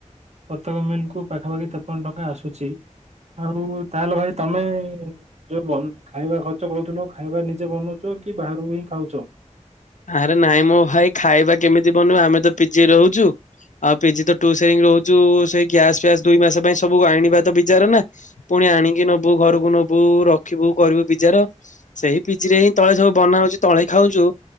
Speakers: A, on the right; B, on the left.
A: ପ୍ରତ୍ୟେକ ମିଲ୍କୁ ପାଖାପାଖି ତେପନ ଟଙ୍କା ଆସୁଛି। ଆଉ ତାହେଲେ ଭାଇ ତମେ ଯୋଉ ଖାଇବା ଖର୍ଚ୍ଚ କରୁଥିଲ, ଖାଇବା ନିଜେ ବନଉଛ କି ବାହ ହାରାରୁ ହିଁ ଖାଉଛ।
B: ଆରେ ନାଇଁ ମୋ ଭାଇ ଖାଇବା କେମିତି ବନିବ ଆମେ ତ ପିଜିଇ ରହୁଛୁ। ଆଉ ପିଜି ତ ଟୁ ସେରି ରହୁଛୁ ସେଇ ଗ୍ୟାସ ଫ୍ୟାସ ଦୁଇ ମାସ ପାଇଁ ସବୁ ଆଣିବା ତ ବିଚାର ନା ପୁଣି ଆଣିକି ନବୁ ଘରକୁ ବୁ ନବୁ ରଖିବୁ କରିବୁ ପିଜ ର ସେଇ ପିଜି ରେ ହିଁ ତଳେ ସବୁ ବନା ହଉଚଛି ତଳେ ଖାଉଛୁ।